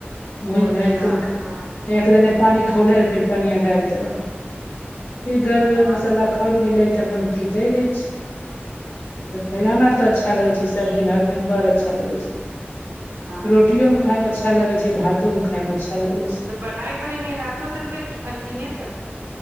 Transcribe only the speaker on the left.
भुईन
भाएज <unintelligible>
एक दने पानि खौले रह फिर पनिया डालि देलौ। फिर गर गर
मसला खौल गेले त अपन दै दे छी <unintelligible> अच्छा लगै छै। सब्जी भात खएमे बड़ अच्छा लगै छै।
रोटियो मे खाय मे अच्छा लगै छै। भातो मे खाय मे अच्छा लगै छै।